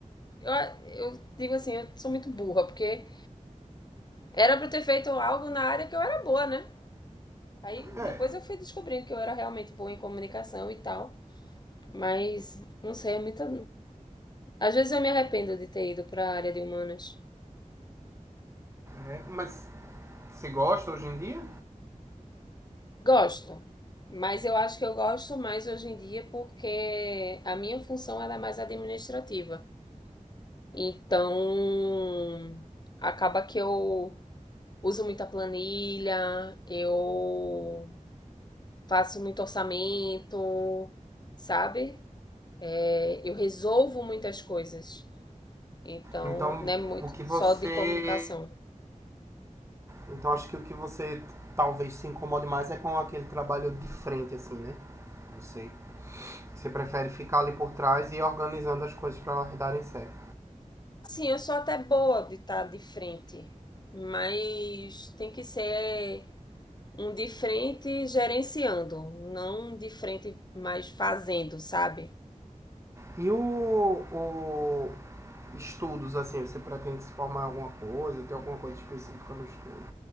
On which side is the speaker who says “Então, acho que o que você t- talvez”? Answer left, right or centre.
Right